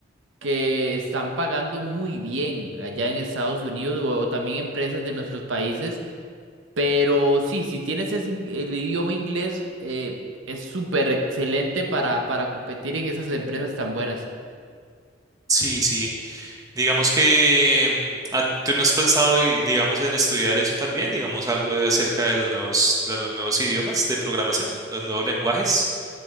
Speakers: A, on the right (about 85°); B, on the right (about 20°).
A: que están pagando muy bien allá en Estados Unidos o o también empresas de nuestros países pero sí, si tienes ese in- el idioma inglés, eh, es súper excelente para, para competir en esas empresas tan buenas.
B: Sí, sí, digamos que mm, ah, tú no has pensado, eh, digamos, en estudiar eso también, digamos, algo de- acerca de los nuevos, de los nuevos idiomas de programación, los nuevos lenguajes.